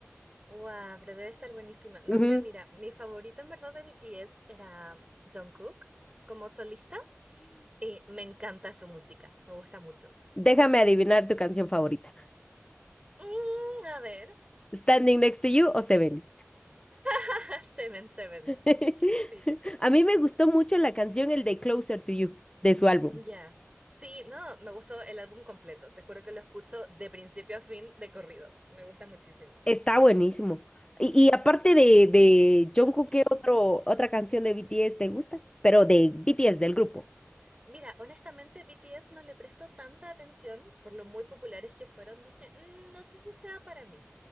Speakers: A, on the right; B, on the left.
A: guau, pero debe estar buenísima. No
B: <laughs> Ujú.
A: sé, mira, mi favorito en verdad de BTS era Jungkook como solista y me encanta su música, me gusta mucho.
B: Déjame adivinar tu canción favorita.
A: Mm, a ver,
B: Standing Next to You o Seven.
A: <laughs> Seven Seven.
B: <laughs>
A: Sí.
B: A mí me gustó mucho la canción El de Closer to You de su álbum.
A: Ya. Sí, no, me gustó el álbum completo. Te juro que lo escucho de principio a fin de corrido. Me gusta muchísimo.
B: Está buenísimo. Y, y aparte de, de Jungkook,
A: <clears throat>
B: ¿qué otro, otra canción de BTS te gusta? Pero de BTS, del grupo.
A: Mira, honestamente, BTS no le presto tanta atención por lo muy populares que fueron. Dije, "Mm, no sé si sea para mí.